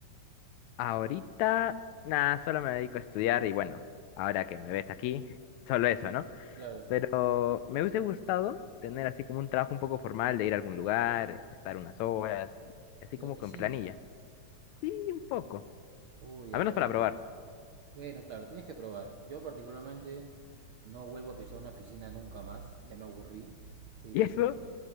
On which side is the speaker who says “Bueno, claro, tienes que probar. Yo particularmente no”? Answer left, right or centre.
Right